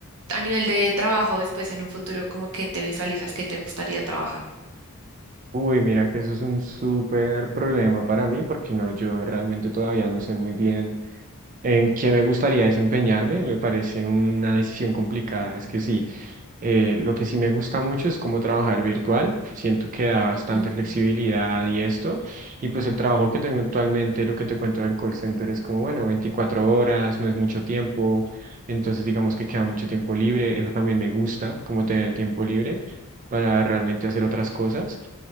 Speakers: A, on the right; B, on the right.
A: a nivel de trabajo, después en un futuro, como que te visualizas que te gustaría trabajar?
B: Uy, mira que eso es un súper problema para mí, porque no, yo realmente todavía no sé muy bien. en qué me gustaría desempeñarme, me parece una decisión complicada. Es que sí, eh, lo que sí me gusta mucho es cómo trabajar virtual. Siento que da bastante
A: Mm,
B: flexibilidad y esto. Y pues el trabajo que tengo actualmente, lo que te cuento del call center es como, bueno, 24 horas, no es mucho tiempo. Entonces digamos que queda mucho tiempo libre. Eso también me gusta, como tener tiempo libre para realmente hacer otras cosas